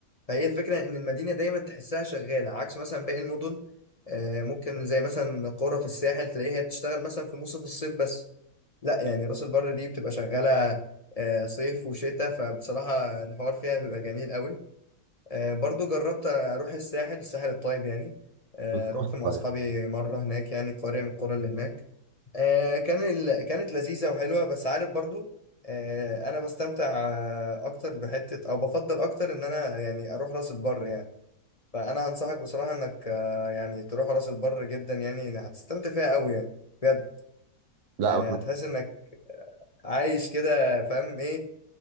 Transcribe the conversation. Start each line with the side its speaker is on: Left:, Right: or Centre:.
Left: فهي الفكرة إن المدينة دايما تحسها شغالة عكس مثلا باقي المدن آه، ممكن زي مثلا القرى في الساحل تلاقيها بتشتغل مثلا في موسم الصيف بس لا يعني راس البر دي بتبقى شغالة آه، صيف وشتاء فبصراحة الحوار فيها بيبقى جميل قوي آه، برضو جربت أروح الساحل الساحل الطيب يعني آه،
Right: <laughs>
Left: رحت مع
Right: طيب.
Left: أصحابي مرة هناك يعني قرية من القرى اللي هناك آه، كان ال... كانت لذيذة وحلوة بس عارف برضو آه، أنا بستمتع آه، أكتر بحتة أو بفضل أكتر إن أنا يعني أروح راس البر يعني فانا هنصحك بصراحه انك آه، يعني تروح راس البر جدا يعني يعني هتستمتع فيها قوي يعني بجد
Right: لا
Left: يعني هتحس انك عايش كده فاهم ايه